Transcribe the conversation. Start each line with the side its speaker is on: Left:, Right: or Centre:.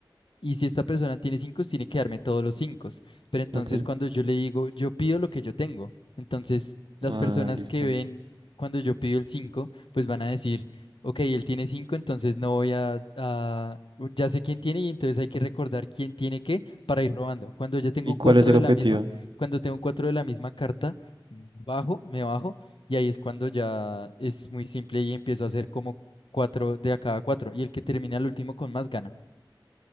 Left: Y si esta persona tiene cinco, tiene que darme todos los cinco. Pero entonces
Right: Ok,
Left: cuando yo le digo, yo pido lo que yo tengo, entonces las
Right: ah,
Left: personas
Right: listo.
Left: que ven cuando yo pido el cinco, pues van a decir, ok, él tiene cinco, entonces no voy a, a- ya sé quién tiene y entonces hay que recordar quién tiene qué para ir robando. Cuando ya tengo
Right: ¿Y cuál
Left: cuatro
Right: es el
Left: de
Right: objetivo?
Left: la misma, cuando tengo cuatro de la misma carta, bajo, me bajo y ahí es cuando ya es muy simple y empiezo a hacer como cuatro de a cada cuatro y el que termina el último con más gana.